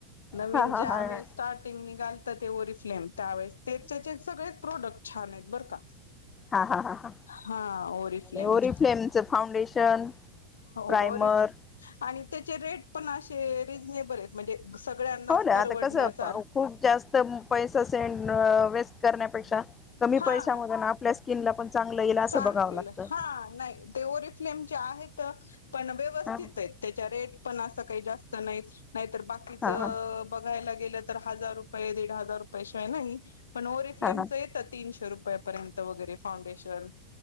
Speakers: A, on the left; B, on the left.
A: नविन
B: हा हा
A: ज्या
B: हा
A: वेळेस
B: हा
A: कटिंग नि घालत ते, ओरिफ्लेम त्यावेळेस ते त्याचे सगळेच प्रोडक्ट छान आहेत बरं का.
B: हा, हा, हा, ह
A: हा ओरिफ्लेमची
B: आणि ओरिफ्लेमच फाउंडेशन
A: हो
B: प्रायमर
A: वरिफ आणि त्याचे रेट पण असे रिझनेबल आहेत. म्हणजे सगळ्यांनाच
B: हो ना
A: परवडण्यास
B: आता कसं खूप जास्त पैसा सेंड अ वेस्ट करण्यापेक्षा कमी
A: हा
B: पैशा मधे, आपल्या स्किनला पण चांगलं येईल असं
A: चांगलं.
B: बघावं लागतं
A: हा नाही ते, ओरिफ्लेमचे आहेत. पण व्यवस्थित
B: हा
A: आहेत. त्याच्या रेट पण असं काही जास्त नाहीत. नाहीतर बाकीच
B: हा हा
A: बघायला गेलं तर, हजार रुपये दीड हजार रुपयाशिवाय नाही. पण ओरीे फ्लेमचं
B: हा हा
A: येत तीनशे रुपया पर्यंत. 'फाउंडेशन'